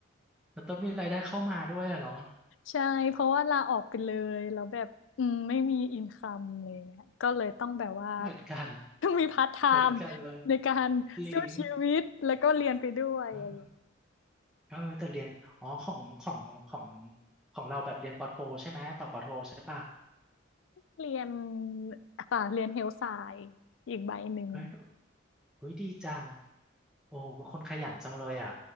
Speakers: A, in the centre; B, on the left.
A: มันต้องมีรายได้เข้ามาด้วยอะเนาะ
B: ใช่ เพราะว่าลาออกไปเลย แล้วแบบอืมไม่มีอินคัมอะไรเงี้ยก็เลยต้องแบบว่า
A: เหมือนกัน
B: ต้องมีพาร์ทไทม์
A: เหมือนกันเลย
B: ในการสู้ชีวิตแล้วก็เรียนไปด้วยอะไรอย่างเงี้ย
A: จริงอืมเออแต่เรียนดีอ๋อของของของของเราแบบเรียนปอโทใช่ไหมต่อปอโทใช่ป่ะ
B: เรียนค่ะเรียนเฮลไซน์อีกใบหนึ่ง
A: เฮ้ยเฮ้ยดีจังโอ้เป็นคนขยันจังเลยอ่ะ